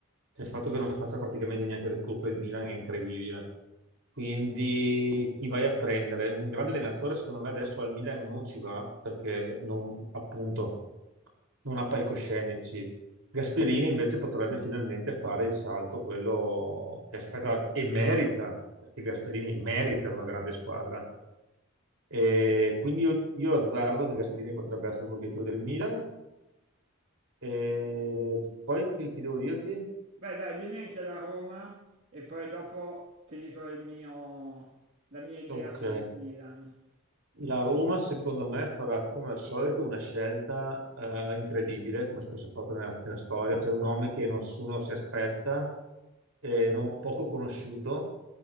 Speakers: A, on the right; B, on the right.
A: Cioè, il fatto che non faccia praticamente neanche le coppe il Milan è incredibile. Quindi chi vai a prendere? Un grande allenatore, secondo me, adesso al Milan non ci va perché non, appunto non ha palcoscenici. Gasperini invece potrebbe finalmente fare il salto, quello che aspetta e merita, perché Gasperini merita una grande squadra. E quindi io, io azzardo che Gasperini potrebbe essere un obiettivo del Milan. E poi che, che devo dirti?
B: Beh, dai, dimmi anche la Roma e poi dopo ti dico il mio, la mia idea
A: Ok.
B: sul Milan.
A: La Roma, secondo me, farà come al solito una scelta eh, incredibile, come spesso ha fatto nella, nella storia. C'è un nome che nessuno si aspetta, eh, non- poco conosciuto,